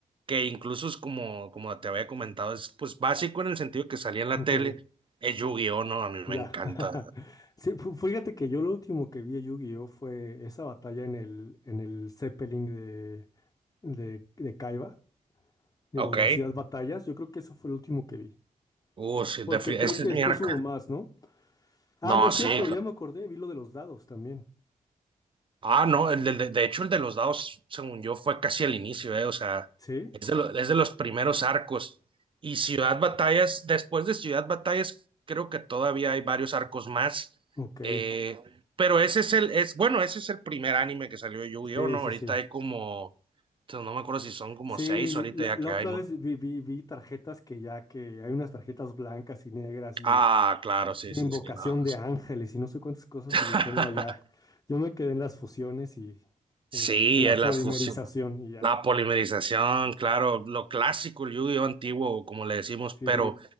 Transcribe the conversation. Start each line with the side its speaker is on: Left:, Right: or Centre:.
Right: que incluso es como, como te había comentado, es pues básico en el sentido que salía en la
Left: Ok,
Right: tele, es Yu-Gi-Oh, ¿no? A mí me
Left: Ya.
Right: encanta.
Left: <laughs> Sí, fu- fíjate que yo lo último que vi de Yu-Gi-Oh! fue esa batalla en el, en el Zeppelin de, de, de Kaiba, de
Right: Ok.
Left: lo de las Ciudad Batallas. Yo creo que eso fue lo último que vi.
Right: Uh, sí,
Left: Porque
Right: defi-
Left: creo
Right: ese
Left: que
Right: es mi
Left: después
Right: arco.
Left: hubo más, ¿no? Ah,
Right: No,
Left: no es cierto,
Right: sí,
Left: ya me acordé, vi lo de los dados también.
Right: Ah, no, el del- de, de hecho el de los dados, según yo, fue casi al inicio, eh, o sea,
Left: ¿Sí?
Right: es de, lo- es de los primeros arcos. Y Ciudad Batallas, después de Ciudad Batallas, creo que todavía hay varios arcos más.
Left: Ok.
Right: eh, pero ese es el, es, bueno, ese es el primer anime que salió de Yu-Gi-Oh,
Left: Sí,
Right: ¿no?
Left: sí,
Right: Ahorita
Left: sí.
Right: hay como, o sea, no me acuerdo si son como
Left: Sí,
Right: seis ahorita
Left: la,
Right: ya
Left: la
Right: que
Left: otra
Right: hay, ¿no?
Left: vez vi, vi, vi tarjetas que ya que hay unas tarjetas blancas y negras y
Right: Ah, claro, sí,
Left: Invocación
Right: sí, sí, no.
Left: de ángeles y no sé cuántas cosas
Right: <laughs>
Left: y yo que no, ya,
Right: sí.
Left: yo me quedé en las fusiones y
Right: Sí,
Left: en las, en la
Right: es las
Left: polimerización
Right: fusión,
Left: y ya.
Right: la polimerización, claro, lo clásico, el yu antiguo, como le decimos,
Left: Sí,
Right: pero